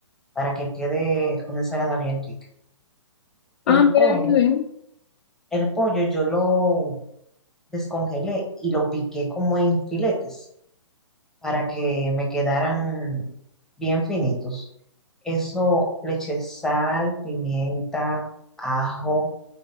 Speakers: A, in the centre; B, on the left.
A: para que quede una ensalada bien rica. El
B: Ah,
A: pollo,
B: mira qué bien.
A: el pollo yo lo descongelé y lo piqué como en filetes para que me quedaran bien finitos. Eso le eché sal, pimienta, ajo,